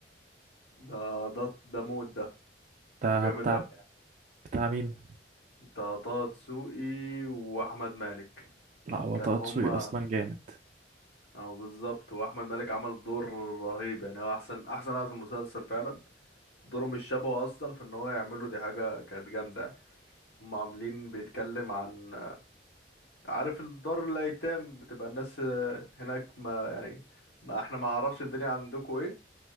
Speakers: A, on the left (about 75°); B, on the right (about 45°).
A: ده ده ده موت ده
B: ده
A: جامد
B: بتاع
A: قوي
B: بتاع مين؟
A: ده طه دسوقي واحمد مالك
B: لا هو
A: كان
B: طه
A: هما
B: دسوقي اصلا جامد
A: اه بالظبط واحمد مالك عمل دور رهيب يعني هو احسن احسن واحد في المسلسل فعلا دوره مش شبهه اصلا في ان هو يعمله دي حاجه كانت جامده يعني هم عاملين بيتكلم عن عارف الدار الايتام بتبقى الناس هناك ما يعني ما احنا ما عرفش الدنيا عندكم ايه